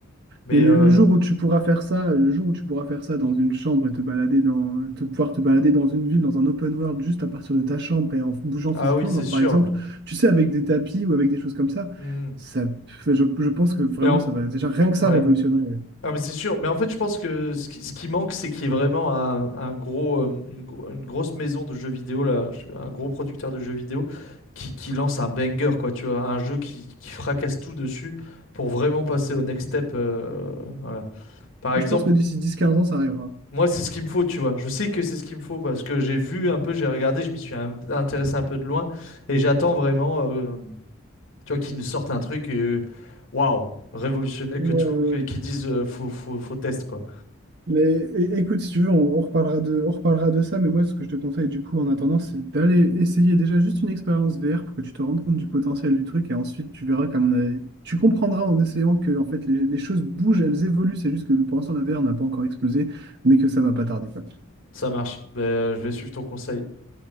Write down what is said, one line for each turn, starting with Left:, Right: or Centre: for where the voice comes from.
Left: Mais
Right: Mais le,
Left: euh,
Right: le jour où tu pourras faire ça, le jour où tu pourras faire ça dans une chambre et te balader dans, te, pouvoir te balader dans une ville, dans un open world, juste à partir de ta chambre et en bougeant
Left: ah
Right: physiquement,
Left: oui, c'est
Right: genre
Left: sûr.
Right: par exemple, tu sais, avec des tapis ou avec des choses comme ça,
Left: Hmm.
Right: ça, je, je pense que vraiment,
Left: Mais en-
Right: ça va déjà rien que
Left: ouais.
Right: ça révolutionnerait.
Left: Ah, mais c'est sûr. Mais en fait, je pense que ce qui, ce qui manque, c'est qu'il y ait vraiment un, un gros, euh, une, gro- une grosse maison de jeux vidéo, là, je- un gros producteur de jeux vidéo qui, qui lance un banger, quoi, tu vois, un jeu qui, qui fracasse tout dessus pour vraiment passer au next step. euh, voilà. Par
Right: Moi,
Left: exemple,
Right: je pense que d'ici dix, quinze ans, ça arrivera.
Left: Moi, c'est ce qu'il me faut, tu vois. Je sais que c'est ce qu'il me faut parce que j'ai vu un peu, j'ai regardé, je m'y suis un- intéressé un peu de loin et j'attends vraiment, euh, tu vois, qu'ils nous sortent un truc, euh, waouh, révolutionnaire,
Right: Ouais,
Left: que tout,
Right: ouais,
Left: que- qu'ils
Right: ouais.
Left: disent, euh, faut, faut, faut test, quoi.
Right: Mais é- écoute, si tu veux, on, on reparlera de, on reparlera de ça, mais moi, ce que je te conseille du coup en attendant, c'est d'aller essayer déjà juste une expérience VR pour que tu te rendes compte du potentiel du truc et ensuite tu verras qu'à tu comprendras en essayant que en fait les, les choses bougent, elles évoluent, c'est juste que pour l'instant la VR n'a pas encore explosé, mais que ça va pas tarder quoi.
Left: Ça marche. Ben, euh, je vais suivre ton conseil.